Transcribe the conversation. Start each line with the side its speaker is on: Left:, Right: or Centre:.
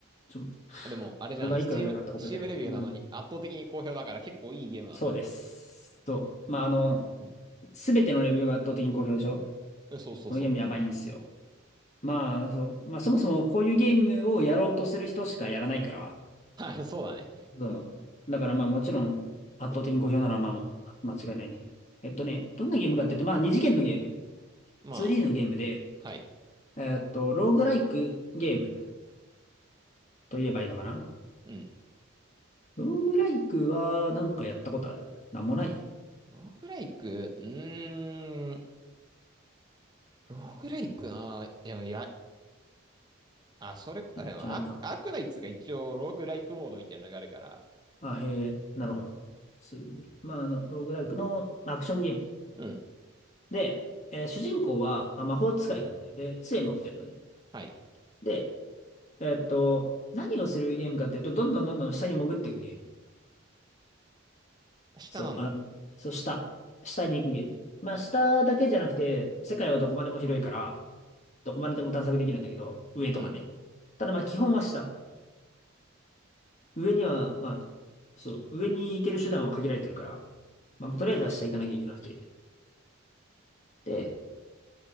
Left: ちょ、
Right: あでも、あれじゃん、
Left: これがいくらで買ったか覚えてないけど。
Right: スチーム、スチームレビューなのに圧倒的に好評だから結構いいゲームなんだ。
Left: うん。そうです。と、まあ、あの、すべてのレビューが圧倒的に好評でしょ
Right: うんそうそうそ
Left: このゲームやばいんですよ。まあ、そう、まあ、そもそもこういうゲームをやろうとする人しかやらないから、
Right: う。<laughs> そうだね。
Left: そう。だからまあ、もちろん圧倒的に好評なのはまあ、ま間違いないんだけど。えっとね、どんなゲームかっていうと、まあ、二次元のゲーム、
Right: ま
Left: 2D のゲームで、
Right: あ、はい。
Left: えっと、ローグライクゲームと言えばいいのかな
Right: うん。
Left: ローグライクはなんかやったことあるなんもない
Right: ローグライク、うーん、ローグライクな、いや、いや、あ、それこ、あでもアーク、
Left: じゃないか。
Right: アークナイツが一応ローグライクモードみたいなのがあるから、
Left: あ、へえ、なるほど。そういう。まあ、あの、ローグライクのまあアクションゲーム。
Right: うん、
Left: で、えー主人公は、まあ、魔法使いなんだよ。で、杖持ってるのね。
Right: はい。
Left: で、えーっと、何をするゲームかっていうと、どんどんどんどん下に潜っていくゲーム。
Right: 下なんだ。
Left: そう、あ、そう、下。下に行くゲーム。まあ、下だけじゃなくて、世界はどこまでも広いから、どこまででも探索できるんだけど、上とかね。
Right: うん。
Left: ただまあ、基本は下。上には、まあ、そう、上に行ける手段は限られてるから、まあ、とりあえずは下行かなきゃいけなくて。で